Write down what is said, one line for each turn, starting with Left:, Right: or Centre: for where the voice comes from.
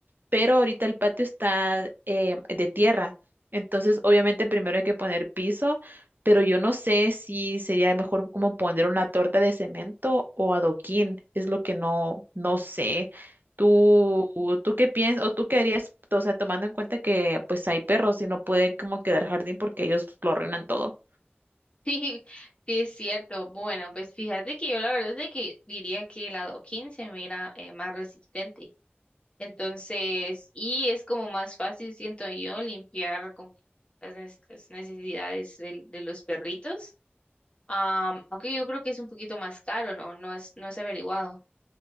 Right: pero ahorita el patio está eh, de tierra. Entonces, obviamente, primero hay que poner piso, pero yo no sé si sería mejor como poner una torta de cemento o adoquín, es lo que no, no sé. ¿Tú, tú qué piensas o tú qué harías? O sea, tomando en cuenta que pues hay perros y no puede como quedar jardín porque ellos lo arruinan todo.
Left: Sí, sí es cierto. Bueno, pues fíjate que yo la verdad es de que diría que el lado 15 me era eh, más resistente. Entonces, y es como más fácil, siento yo, limpiar como las nes- las necesidades del- de, los perritos. Am, aunque yo creo que es un poquito más caro, ¿no? No es, no es averiguado.